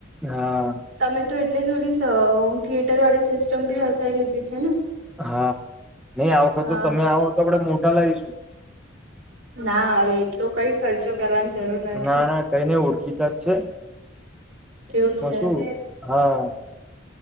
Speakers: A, in the centre; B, on the right.
A: હા
B: તમે તો એટલે જ ઓલી હોમ થિયેટર વાળી સિસ્ટમ બી વસાઈ લીધી છે ને?
A: હા નહી આ વખત
B: હા
A: તો તમે આવો તો આપણેે મોટા લાવીશું.
B: ના હવે એટલો કઈ ખર્ચો કરવાની જરૂર નથી.
A: ના ના કઈને ઓળખીતા જ છે
B: કેવું
A: એમાં
B: છે?
A: શું હા